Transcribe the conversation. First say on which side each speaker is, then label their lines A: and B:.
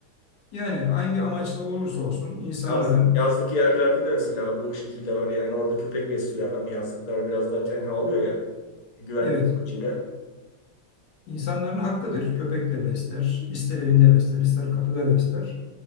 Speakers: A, on the left; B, on the left.
A: Yani hangi amaçla olursa olsun insanların,
B: Yaz- yazlık yerlerde de mesela bu şekilde var yani orada köpek besliyor adam. Yazlıklar biraz daha tenha oluyor ya güvenlik
A: evet,
B: amacıyla.
A: insanların hakkıdır. Köpek de besler, ister evinde besler, ister kapıda besler.